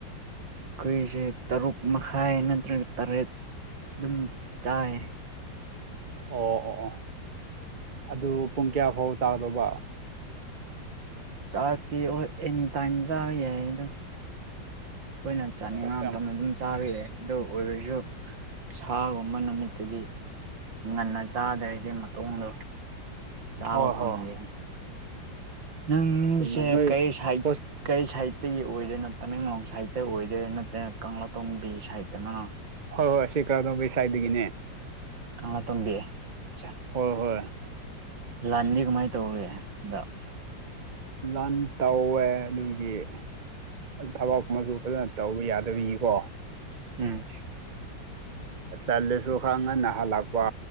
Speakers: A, on the right; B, on the right.
A: ꯑꯩꯈꯣꯏꯁꯦ ꯇꯔꯨꯛ ꯃꯈꯥꯏ ꯅꯠꯇ꯭ꯔꯒ ꯇꯔꯦꯠ ꯑꯗꯨꯝ ꯆꯥꯏ
B: ꯑꯣ ꯑꯣ ꯑꯣ ꯑꯗꯨ ꯄꯨꯡ ꯀꯌꯥꯐꯥꯎ ꯆꯥꯒꯗꯧꯕ
A: ꯆꯥꯔꯛꯇꯦ ꯑꯣ ꯑꯦꯅꯤ ꯇꯥꯏꯝ ꯆꯥꯕ ꯌꯥꯏꯗꯣꯏꯅ ꯆꯥꯅꯤꯡꯕ
B: ꯑꯣ ꯌꯥꯝ
A: ꯃꯇꯝ ꯑꯗꯨꯝ ꯆꯥꯕꯤꯔꯛꯑꯦ ꯑꯗꯨ ꯑꯣꯏꯔꯁꯨ ꯁꯥꯒꯨꯝꯕ ꯅꯨꯃꯤꯠꯇꯗꯤ ꯉꯟꯅ ꯆꯥꯗꯔꯤꯗꯤ ꯃꯇꯣꯡꯗꯣ ꯆꯥꯕ
B: ꯍꯣꯏ ꯍꯣꯏ
A: ꯐꯪꯗꯦ ꯅꯪ
B: ꯆꯨꯝꯃꯦ
A: ꯆꯦ
B: ꯅꯣꯏ
A: ꯀꯩꯁꯥꯏ
B: ꯍꯣꯏ
A: ꯀꯩ ꯁꯥꯏꯠꯇꯒꯤ ꯑꯣꯏꯗꯣꯏꯅꯣ ꯇꯃꯦꯡꯂꯣꯡ ꯁꯥꯏꯠꯇ ꯑꯣꯏꯗꯣꯏꯅꯣ ꯅꯠꯇꯅ ꯀꯪꯂꯥꯇꯣꯡꯝꯕꯤ ꯁꯥꯏꯠꯇꯅꯣ
B: ꯍꯣꯏ ꯍꯣꯏ ꯁꯤ ꯀꯥꯗꯣꯝꯕꯩ ꯁꯥꯏꯗꯒꯤꯅꯦ
A: ꯀꯪꯂꯥ ꯇꯣꯝꯕꯤ ꯆꯦ
B: ꯍꯣꯏ ꯍꯣꯏ
A: ꯂꯥꯟꯗꯤ ꯀꯃꯥꯏꯅ ꯇꯧꯈꯔ ꯍꯟꯗꯛ
B: ꯂꯟ ꯇꯧꯋꯦ ꯑꯗꯨꯒꯤ ꯊꯕꯛ ꯃꯨ ꯐꯖꯅ ꯇꯧꯕ ꯌꯥꯗꯕꯤꯒꯤꯀꯣ
A: ꯎꯝ
B: ꯆꯥꯜꯂꯁꯨ ꯈꯔ ꯉꯟꯅ ꯍꯜꯂꯛꯄ